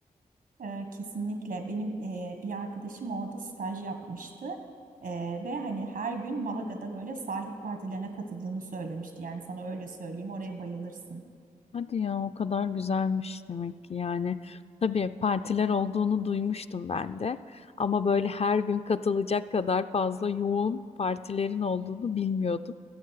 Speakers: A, on the right; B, on the left.
A: Ee, kesinlikle benim e, bir arkadaşım orada staj yapmıştı. Ee, ve hani her gün Malaga'da böyle sahil partilerine katıldığını söylemişti. Yani sana öyle söyleyeyim, oraya bayılırsın.
B: Hadi ya o kadar güzelmiş demek ki yani. Tabii partiler olduğunu duymuştum ben de ama böyle her gün katılacak kadar fazla yoğun partilerin olduğunu bilmiyordum.